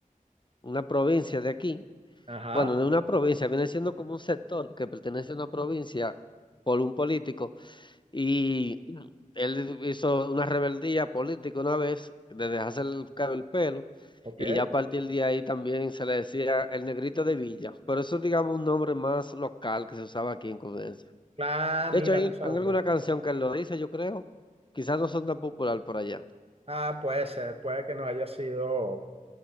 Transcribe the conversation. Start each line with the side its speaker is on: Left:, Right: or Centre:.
Left: una provincia de aquí.
Right: Ajá,
Left: Bueno, de una provincia, viene siendo como un sector que pertenece a una provincia por un político. Y <clears throat> él hizo una rebeldía política una vez, de dejarse el, cab- el pelo.
Right: ok.
Left: Y ya a partir de ahí también se le decía el negrito de Villa. Pero eso es, digamos, un nombre más local que se usaba aquí en Colombia.
Right: Ah,
Left: De
Right: mira,
Left: hecho, hay,
Right: no sabía.
Left: hay alguna canción que él lo dice, yo creo. Quizás no son tan popular por allá.
Right: Ah, puede ser, puede que no haya sido,